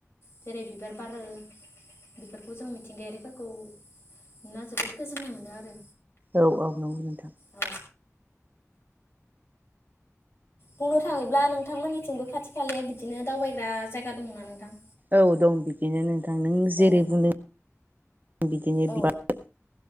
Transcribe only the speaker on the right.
औ औ नंगौ नोंथां।
औ दं बिदिनो नोंथां नों जेरै
बुंदों बिदिनो
बिराद